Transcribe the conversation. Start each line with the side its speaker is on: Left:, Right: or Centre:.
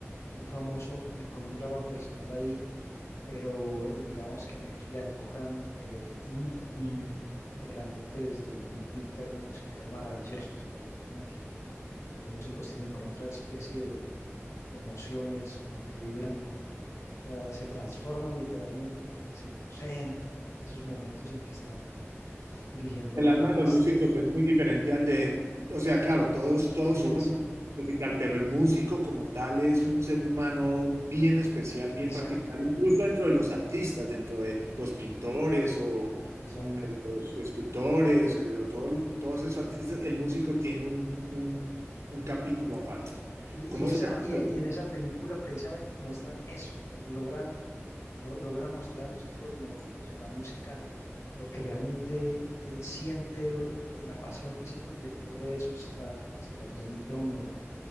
Left: muy famoso, eh, con un drama personal ahí. pero eh, digamos que en Netflix la enfocan eh, in- íntegramente desde el mundo interno musical maravilloso, o sea, la forma en que los músicos tienen como otra especie de, de emociones, como que vibran con, o sea, se transforman literalmente, como que se poseen en esos momentos en que están dirigiendo
Right: El
Left: una
Right: alma
Left: orquesta.
Right: de los músicos es muy diferente al de, o sea, claro, todos, todos
Left: Sí,
Right: somos
Left: exactamente,
Right: diferentes y tal, pero el músico como tal es un ser humano bien especial,
Left: E-
Right: bien
Left: exacto,
Right: particular, incluso dentro de los artistas, dentro de los pintores o
Left: exacto.
Right: mm, de los escultores, eh, o todo- todos esos artistas, el músico tiene un, un- un capítulo aparte.
Left: Y,
Right: ¿Cómo
Left: y esa,
Right: se llama?
Left: y, y en esa película precisamente muestran eso, eh, logran lo- logra mostrar a nosotros los neófitos en la música lo que realmente eh, siente, eh, la pasión que siente un director de esos, la- se la transmite a uno. eh,